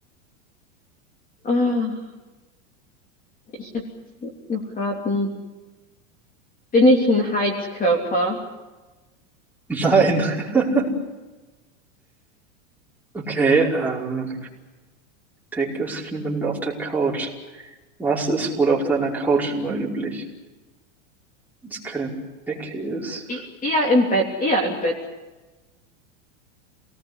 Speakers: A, on the left (about 20°); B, in the centre.
A: Oh, ich hätte noch raten. Bin ich ein Heizkörper?
B: <laughs> Nein. <laughs> Okay, ähm, Deckgips findet man auf der Couch. Was ist wohl auf deiner Couch immer üblich? Wenn es keine Decke ist.
A: E eher im Bett, eher im Bett.